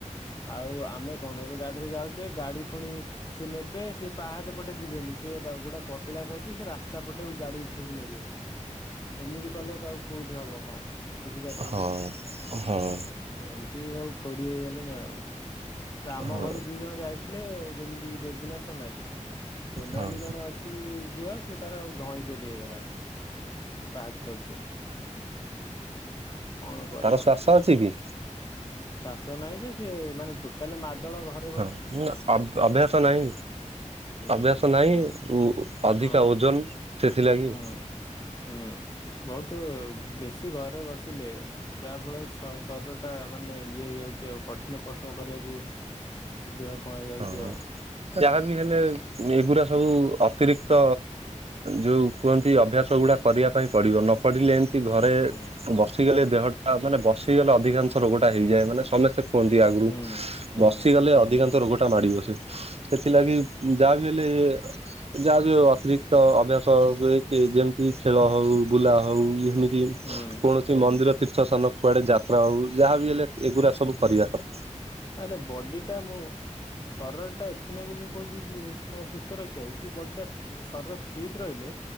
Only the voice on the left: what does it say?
ଆଉ ଆମେ କଣ ଏବେ ଗାଡିରେ ଯାଉଛେ ଗାଡି ଫୁଣି ସେ ନେବେ ସେ ପାହାଚ ପଟେ ଯିବେନି ସେ ଗୋଟେ କ ପିଲାସ ଅଛି ସେ ରାସ୍ତା ପଟେ ଗାଡି ଉଠେଇକି ନେବେ। ଏମିତି କଲେ ଆଉ କୋଉଠି ହବ କଣ ବୁଝିପାରୁଛନ୍ତି।
ଏମିତି ସବୁ ଖୋଡି ହେଇଗଲିଣି ଆଉ। ଆମ
ଘରୁ ଦୁଇ ଜଣ ଯାଇଥିଲେ ଯେମିତି କିି ବେବିନା ସୋନାଲି। ସୋନାଲି
ଜଣେ ଅ ସି ଝିଅ ସିଏ ତାର ଧଇଁ ପେଲି ହେଇଗଲାଣି। ବାହାରୁ ଚଢି ଚଢି। କଣ କରିବ?
ଚାଷ ନାଇଁ ଯେ ସ ମାନେ ଟୋଟାଲି ମାଦଳ ଘର
ହୁଁ
ହଁ
ହୁଁ ହୁଁ ବହୁତ ବେଶୀ ଘରେ ବସିଲେ। ଯାହା ଫଳରେ ଶରୀରଟା ମାନେ ଇଏ ହେଇଯାଉଛି ଆଉ କଠିନ ପରିଶ୍ରମ କରିବାକୁ ତ ଦେହ କଣ ହେଇ ଯାଉଛି
ଆଉ?
ହୁଁ
ହୁଁ ହୁଁ
ହୁଁ
ଆରେ ବଡିଟା ମୁଁ ଶରୀର ଟା ଏଥି ନାଇଁ କି ମୁଁ କହୁଛି ରଖିବାକୁ କି ବଡି ଟା ଶରୀର ଫିଟ୍ ରହିଲେ